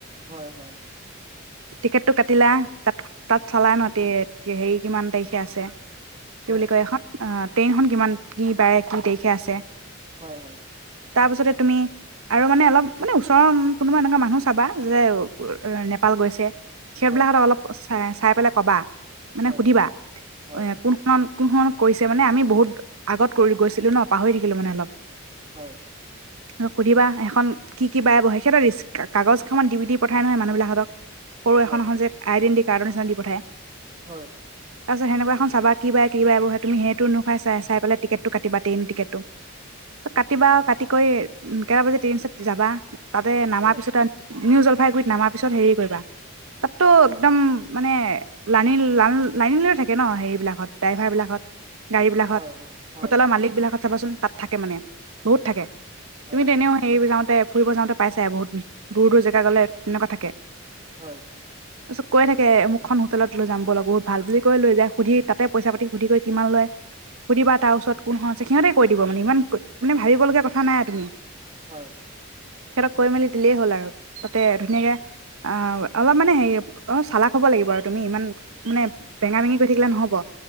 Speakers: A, on the right (about 25°); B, on the right (about 75°).
A: হয় হয়।
B: টিকেটটো কাটিলা, তাত তাত
A: হয়
B: চালাই ন। দেত হেৰি কিমান তাৰিখে আছে, কি
A: হয়
B: বুলি কয় এখন? অঁ ট্ৰেইনখন কিমান কি বাৰে কি তাৰিখে আছে।
A: হয় হয়।
B: তাপিছতে তুমি- আৰু মানে অলপ মানে ওচৰৰ কোনোবা এনেকুৱা মানুহ চাবা যোনে অ নেপাল গৈছে। সেইবিলাকহতক
A: হয় হয়
B: অলপ চাই চাই পেলাই কবা, মানে
A: হয়
B: সুধিবা
A: হয়
B: এ কোন- কোন কোনখনত কৰিছে মানে আমি বহুত আগত কৰি গৈছিলোঁ ন পাহৰি থাকিলোঁ মানে অলপ।
A: হয়।
B: আৰু সুধিবা এখন কি কি বাৰে বহে? সিহঁতৰ ৰিস্ক কাগজকেখনমান দি দি পঠাই নহয় মানুহবিলাক হতক। সৰু
A: হয়
B: এখন এখন যে আইডেণ্টি কাৰ্ডৰ নিচিনা দি পঠায়।
A: হয়।
B: তাৰপিছত সেনেকুৱা এখন চাবা কি বাৰে কি বাৰে বহে তুমি সেইটো এনেকুৱা চাই চাই পেলায় টিকেটটো কাটিবা ট্ৰেইন টিকেটটো।
A: <inaudible>
B: কাটিবা, কাটি কৰি কেইটা বাজি ট্ৰেইন আছে যাবা। তাতে নামাৰ
A: হয় হয়
B: পিছত আ নিউ জলপাইগুৰিত নামাৰ পিছত হেৰি কৰিবা তাতটো একদম মানে লানি লাল লাইন লৈ থাকে ন হেৰিবিলাকত ড্ৰাইভাৰবিলাকত গাড়ীবিলাকত,
A: হয় হয়
B: হোটেলৰ মালিকবিলাকত চাবাছোঁন তাত থাকে মানে। বহুত থাকে
A: হয়
B: তুমি তেনেও হেৰি বিলাকতে ফুৰিব যাওঁতে পাইছায়ে বহুত দূৰ দূৰ জেগা গ'লে এনেকুৱা থাকে।
A: হয়।
B: তাৰিছত কৈ থাকে অমুকখন হোটেলত লৈ যাম বলক বহুত ভাল বুলি কৈ লৈ যায় সুধি তাতে পইচা পাতি সুধি কৰি কিমান লয় সুধিবা তাৰ ওচৰত কোন খন আছে? সিহঁতে কৈ দিব মানে ইমান মানে ভাবিবলগীয়া কথা নাই আৰু তুমি।
A: হয়।
B: সিহঁতক কৈ মেলি দিলেই হ'ল আৰু তাতে ধুনীয়াকে অ অলপ মানে হেৰি অ চালাক হ'ব লাগিব আৰু। তুমি ইমান মানে বেঙা-বেঙি কৰি থাকিলে নহ'ব।